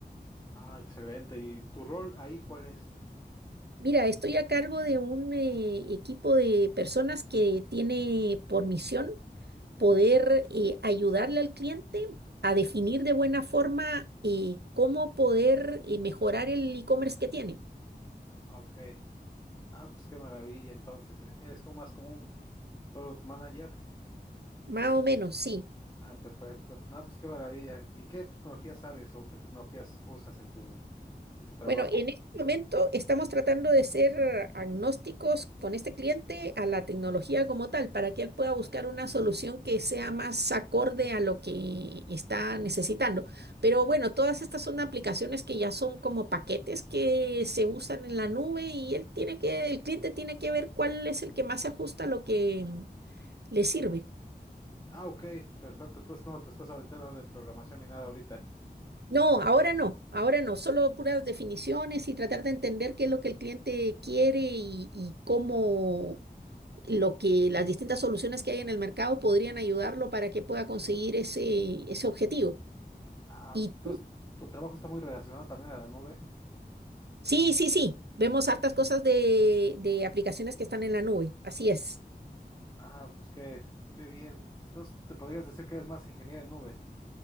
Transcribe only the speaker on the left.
Ah, excelente. ¿Y tu rol ahí cuál es?
Ah, ok. Ah, pues qué maravilla. Entonces, ¿e-, ¿eres tú más como un product manager?
Ah, perfecto. No, pues qué maravilla. ¿Y qué tecnologías sabes o qué tecnologías usas en tu, en tu trabajo?
Ah, ok, perfecto. Entonces no te estás aventando nada de programación ni nada ahorita.
Ah,
entonces tu trabajo está muy relacionado también a la nube.
Ah, pues qué, qué bien. Entonces te podrías decir que eres más ingeniero en nube.